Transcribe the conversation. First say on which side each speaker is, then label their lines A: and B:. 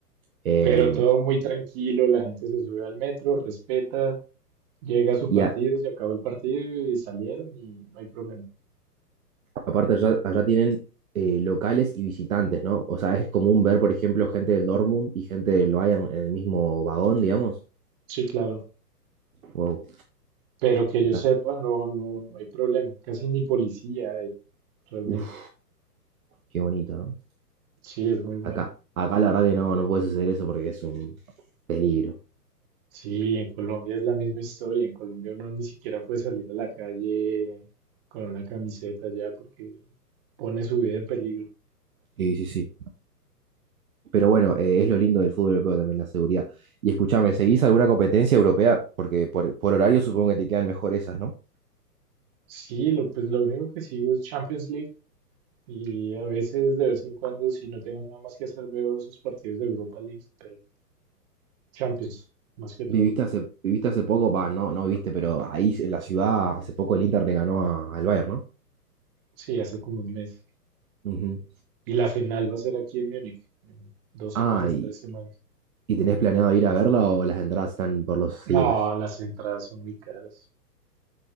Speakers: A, on the right; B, on the right.
A: em,
B: pero todo muy tranquilo, la gente se sube al metro, respeta, Llega su
A: y
B: partido,
A: a-
B: se acabó el partido y salieron y no hay problema.
A: Aparte, allá, allá tienen eh, locales y visitantes, ¿no? O sea, es común ver, por ejemplo, gente del Dortmund y gente del Bayern en el mismo vagón, digamos.
B: Sí, claro.
A: Wow,
B: Pero que yo
A: mirá.
B: sepa, no, no, no hay problema. Casi ni policía hay, realmente.
A: Uf, qué bonito, ¿no?
B: Sí, es muy bueno.
A: Acá, acá la verdad que no, no puede suceder eso porque es un peligro.
B: Sí, en Colombia es la misma historia. En Colombia uno ni siquiera puede salir a la calle con una camiseta ya porque pone su vida en peligro.
A: Sí, sí, sí. Pero bueno, eh, es lo lindo del fútbol europeo también, la seguridad. Y escúchame, ¿seguís alguna competencia europea? Porque por, por horario supongo que te quedan mejor esas, ¿no?
B: Sí, lo, pues lo único que sigo es Champions League y a veces, de vez en cuando, si no tengo nada más que hacer, veo esos partidos de Europa League, pero Champions, más que todo.
A: ¿Viviste hace, viviste hace poco? Va, no, no viviste, pero ahí en la ciudad hace poco el Inter le ganó a- al Bayern, ¿no?
B: Sí, hace como un mes.
A: Ujú.
B: Y la final va a ser aquí en Múnich, en dos semanas,
A: Ay,
B: tres semanas.
A: ¿Y tenés planeado ir a verla o las entradas están por los
B: No,
A: cielos?
B: las entradas son muy caras.